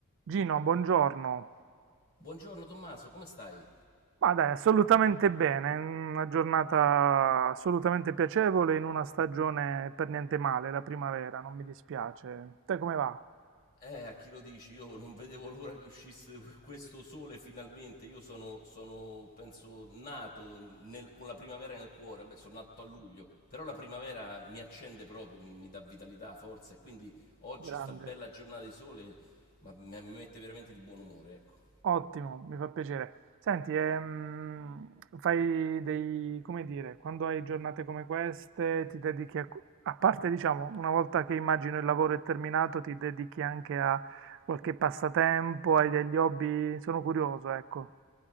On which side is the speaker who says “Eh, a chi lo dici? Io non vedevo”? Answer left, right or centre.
Left